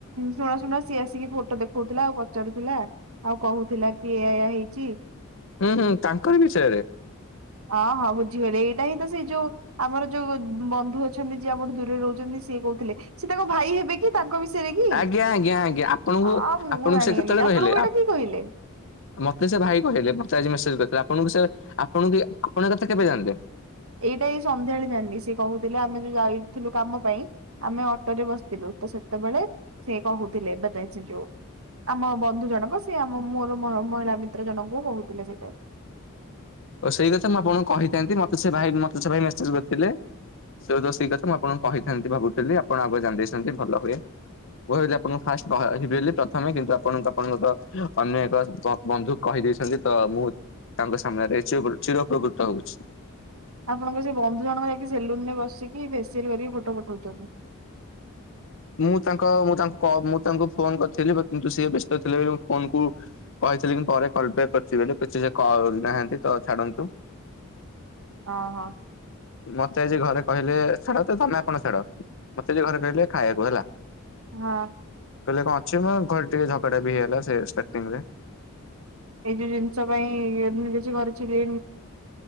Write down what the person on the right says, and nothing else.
ଶୁଣ ଶୁଣ ସିଏ ଆସିକି ଫୋଟୋ ଦେଖଉଥିଲା ଆଉ ପଚାରୁଥିଲା। ଆଉ କହୁଥିଲା କି ଏୟା ଏୟା ହେଇଚି।
ଆ ହା ବୁଝିଗଲି ଏଇଟା ହିଁ ତ ସେଇ ଯୋଉ ଆମର ଯୋଉ ବନ୍ଧୁ ଅଛନ୍ତି ଯିଏ ଆମଠୁ ଦୂରରେ ରହୁଛନ୍ତି ସିଏ କହୁଥିଲେ, ସେ ତାଙ୍କ ଭାଇ ହେବେ କି ତାଙ୍କ ବିଷୟରେ କି,
ଆଉ
ମୁଁ ଜାଣଗଲିି
ଆପଣଙ୍କୁ
ଏଇଟା କି କହିଲେ?
ଏଇଟା ଏଇ ସନ୍ଧ୍ୟାଳେ ଜାଣିଲି ସି କହୁଥିଲେ ଆମେ ଯୋଉ ଯାଇଥିଲୁ କାମ ପାଇଁ। ଆମେ ଅଟୋ ରେ ବସିଥିଲୁ ତ ସେତେବେଳେ ସେ କହୁଥିଲେ ସେ <unintelligible> ଆମ ବନ୍ଧୁ ଜଣକ ସେ ଆମ ମୋର ମ ମହିଳା ମିତ୍ର ଜଣଙ୍କୁ କହୁଥିଲେ ସେଟା।
ଆପଣଙ୍କ ସେ ବନ୍ଧୁ ଜଣଙ୍କ ଯାଇକି ସେଲୁନ ରେ ବସିକି ଫେସିଆଲ କରିକି ଫୋଟ ପଠଉଛନ୍ତି।
ହଁ ହଁ।
ହଁ।
ଏଇ ଯୋଉ ଜିନିଷ ପାଇଁ ଏମତି କିଛି <unintelligible>